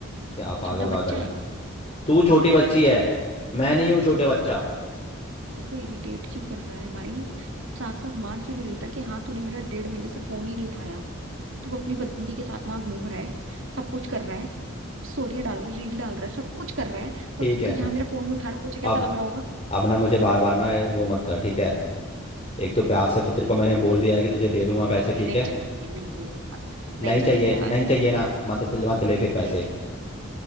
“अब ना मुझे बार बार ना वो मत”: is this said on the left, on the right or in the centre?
Left